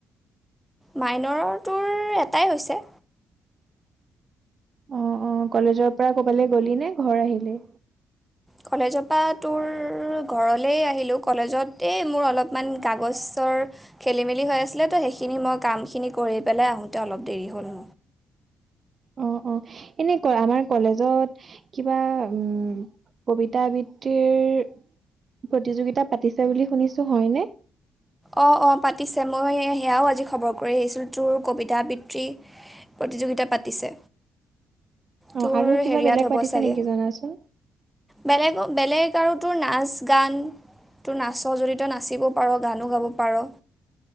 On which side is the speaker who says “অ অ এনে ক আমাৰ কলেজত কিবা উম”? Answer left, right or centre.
Right